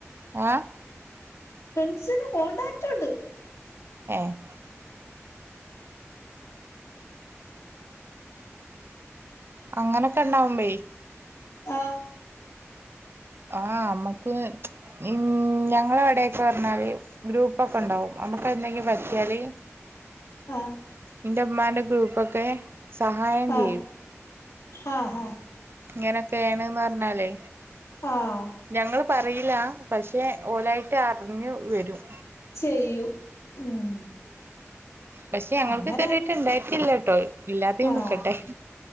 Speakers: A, on the right; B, on the left.
A: ആഹ്
B: ഫ്രണ്ട്സിന് കോൺടാക്റ്റുണ്ട്
A: ഏഹ് അങ്ങനൊക്കെണ്ടാവുമ്പയേ
B: ആഹ്
A: ആഹ് അമ്മക്ക് ഇൻ ഞങ്ങളടെക്കെറഞ്ഞാല് ഗ്രൂപ്പൊക്കണ്ടാവും അമ്മക്ക് എന്തെങ്കിലും പറ്റിയാല്
B: ആ
A: ഇന്റെമ്മാന്റെ ഗ്രൂപ്പൊക്കെ സഹായം
B: ആഹ്
A: ചെയ്യും
B: ആഹ് അഹ്
A: ഇങ്ങനൊക്കേണ്ന്ന് പറഞ്ഞാലേ
B: ആഹ്
A: ഞങ്ങള് പറയില്ല പക്ഷെ ഓലായിട്ട് അറിഞ്ഞു വരും
B: ചെയ്യും ഉം
A: പക്ഷെ ഞങ്ങക്ക്
B: അങ്ങനെ
A: ഇതുവരായിട്ട് ഇണ്ടായിട്ടില്ലട്ടോ ഇല്ലാതെ
B: ആഹ്
A: നിക്കട്ടെ